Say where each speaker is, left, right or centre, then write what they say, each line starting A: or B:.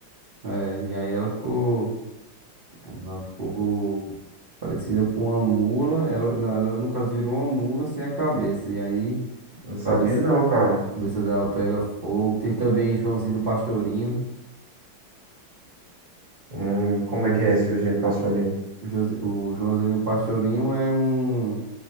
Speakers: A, on the right (about 55°); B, on the right (about 35°).
A: É, e aí ela ficou. Ela ficou parecida com uma mula. Ela, não, ela no caso virou uma mula sem a cabeça. E aí.
B: Não sabia
A: Cabeça
B: não, cara.
A: Cabeça dela pega fogo. Tem também Joãozinho do Pastorinho.
B: Hum, como
A: O Joãozi-
B: é que é esse jeito pastorinho?
A: o Joãozi- o Joãozinho do Pastorinho é um